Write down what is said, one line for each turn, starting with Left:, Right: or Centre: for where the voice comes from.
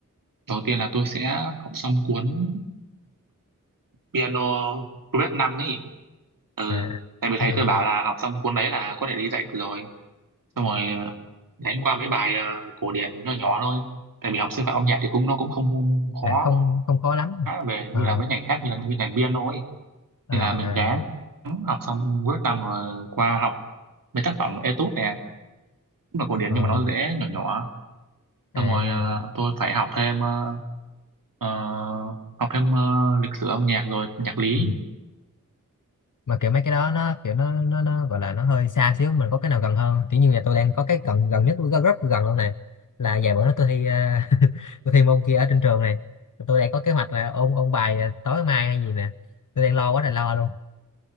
Right: đầu tiên là tôi sẽ học xong cuốn piano Progress 5 ấy ừ
Left: à
Right: tại vì thầy
Left: biết rồi
Right: tôi
Left: biết
Right: bảo
Left: rồi
Right: là học xong cuốn đấy là có thể đi dạy được rồi xong rồi ờ, đánh qua mấy bài ờ, cổ điển nhỏ nhỏ thôi tại vì học sư phạm âm nhạc thì cũng nó cũng không khó
Left: à không không khó lắm
Right: về
Left: à
Right: như là mấy ngành khác như là như ngành piano ấy
Left: à
Right: thì
Left: à,
Right: là mình gán học xong cuối năm rồi qua học mấy tác phẩm Etude nè cũng là cổ điển
Left: ờ,
Right: nhưng mà nó dễ nhỏ nhỏ
Left: à.
Right: xong rồi ờ, tôi phải học thêm ờ, ờ, học thêm ờ, lịch sử âm nhạc rồi nhạc lý
Left: ừ. mà kiểu mấy cái đó nó kiểu nó nó nó gọi là nó hơi xa xíu mình có cái nào gần hơn không? kiểu như nhà tôi đang có cái gần gần nhất rất, rất gần luôn này là vài bữa nữa tôi thi à, <laughs> tôi thi môn kia ở trên trường này tôi đang có kế hoạch là ôn ôn bài ờ, tối mai hay gì nè tôi đang lo quá là lo luôn